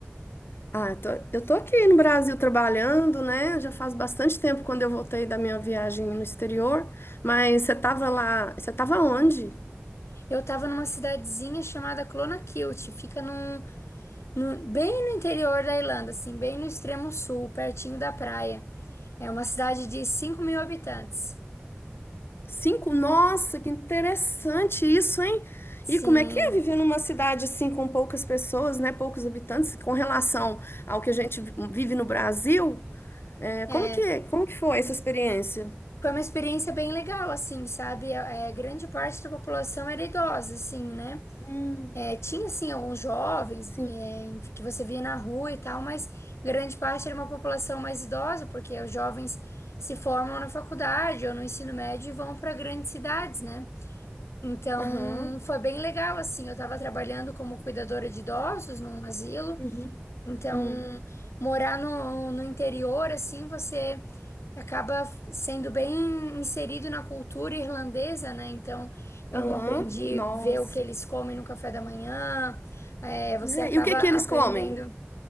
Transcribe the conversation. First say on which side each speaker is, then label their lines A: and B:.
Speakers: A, on the left; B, on the left.
A: Ah, eu tô- eu tô aqui no Brasil trabalhando, né? Já faz bastante tempo quando eu voltei da minha viagem no exterior, mas você tava lá, você tava onde?
B: Eu tava numa cidadezinha chamada Clonakilty, fica num, num- bem no interior da Irlanda, assim, bem no extremo sul, pertinho da praia. É uma cidade de cinco mil habitantes.
A: Cinco? Nossa, que interessante isso, hein?
B: Sim,
A: E como é que é viver numa cidade assim com poucas pessoas, né? Poucos habitantes, com relação ao que a gente vi- vive no Brasil? É,
B: é.
A: como que, como que foi essa experiência?
B: Foi uma experiência bem legal, assim, sabe? É, é, grande parte da população era idosa, assim, né?
A: Hum,
B: É, tinha sim alguns jovens
A: sim.
B: é, em- que você via na rua e tal, mas grande parte era uma população mais idosa, porque os jovens se formam na faculdade ou no ensino médio e vão para grandes cidades, né? Então
A: Aham.
B: foi bem legal assim. Eu estava trabalhando como cuidadora de idosos num asilo,
A: Uhum.
B: então
A: Uhum.
B: morar no, no interior assim você acaba sendo bem inserido na cultura irlandesa, né? Então
A: Aham.
B: eu aprendi
A: Nossa.
B: a ver o que eles comem no café da manhã. É, você
A: É,
B: acaba
A: e o que que
B: aprendendo.
A: eles comem?